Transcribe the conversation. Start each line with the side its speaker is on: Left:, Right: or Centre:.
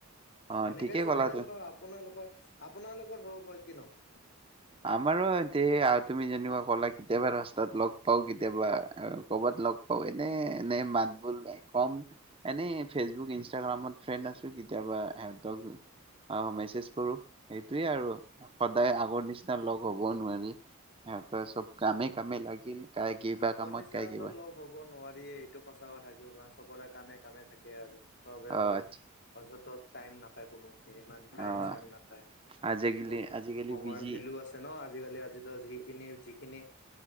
Right: অ
Left: সনেকেই
Right: ঠিকেই
Left: চলি
Right: ক'লা
Left: যাব
Right: তুমি
Left: আৰু আপোনালোকৰ ব <inaudible> আপোনাৰ লগত ধৰক হয় কি নহয়।
Right: আমাৰো এতি তুমি যেনেকে ক'লা কেতিয়াবা ৰাস্তাত লগ পাও কেতিয়াবা কৰবাত লগ পাও এনে এনে মাত বোল কম এনে ফেচবুক ইনষ্টাগ্ৰামত ফ্ৰেণ্ড আছো কেতিয়াবা ইহঁতক মেছেজ কৰো সেইটোয়ে আৰু সদায় আগৰ নিচিনা লগ হ'ব নোৱাৰি চব কামে কামে লাগিল। কাই কিবা
Left: আগৰ
Right: কামত
Left: নিচিনাতো
Right: কাই কিবা
Left: লগ হ'ব নোৱাৰে। <inaudible> সঁচা কথা থাকিব কাৰ চবৰে কানে। কামে থাকে আৰু ত
Right: আহ
Left: আৰু
Right: আচ্ছা,
Left: পাছতত টাইম নাপায় কোনো। ইমান টাইম
Right: আহ
Left: চাইম নাপায়
Right: আজিকালি
Left: ক
Right: আজিকালি
Left: সময়ৰ
Right: বিজি
Left: ভেলু আছে ন আজিকালি। আজি টো যিকিনি যিকিনি